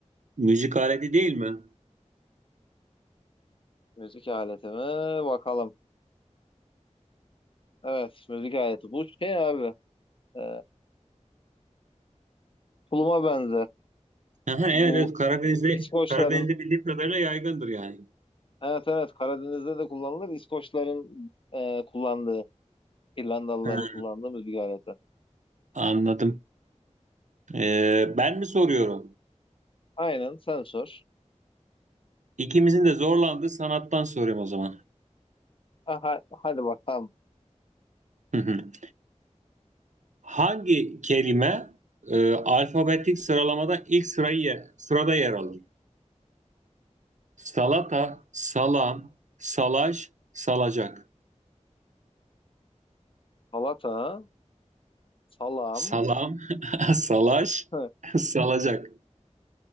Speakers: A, on the right; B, on the left.
A: müzik aleti değil mi?
B: müzik aleti mi? Bakalım. Evet, müzik aleti. Bu şey abi, e, tuluma benzer.
A: Aha, evet,
B: Bu
A: evet Karadeniz'de
B: İ- İskoçların,
A: Karadeniz'de bildiğim kadarıyla yaygındır yani.
B: evet evet Karadeniz'de de kullanılır. İskoçların e, kullandığı, İrlandalıların
A: Ha,
B: kullandığı müzik aleti.
A: anladım. Ee, ben mi soruyorum?
B: Aynen, sen sor.
A: İkimizin de zorlandığı sanattan soruyorum o zaman.
B: Ha, ha- hadi bakalım.
A: Hı hı. Hangi kelime e, alfabetik sıralamada ilk sırayı sırada yer alır? Salata, salam, salaş, salacak.
B: Salata, salam,
A: Salam, <laughs> salaş,
B: hı,
A: salacak.